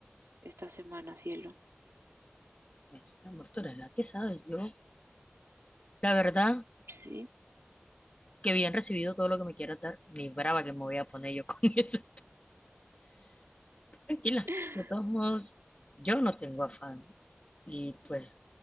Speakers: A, on the right (about 90°); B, on the left (about 30°).
A: esta semana, cielo.
B: bueno, mi amor, tú eres la que sabes, yo, la verdad,
A: Sí,
B: que bien recibido todo lo que me quieras dar, ni brava que me voy a poner yo con <laughs> eso. Tranquila,
A: <laughs>
B: de todos modos, yo no tengo afán. Y pues,